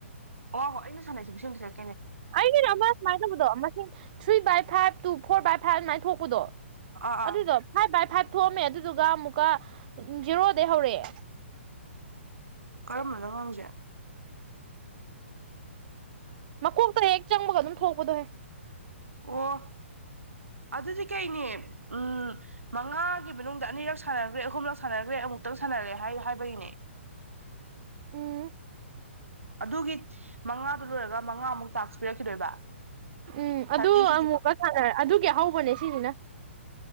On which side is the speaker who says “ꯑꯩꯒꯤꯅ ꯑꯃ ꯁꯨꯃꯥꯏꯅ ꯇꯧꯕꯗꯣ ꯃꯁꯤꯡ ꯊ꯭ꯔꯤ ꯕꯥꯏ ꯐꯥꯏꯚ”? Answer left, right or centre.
Right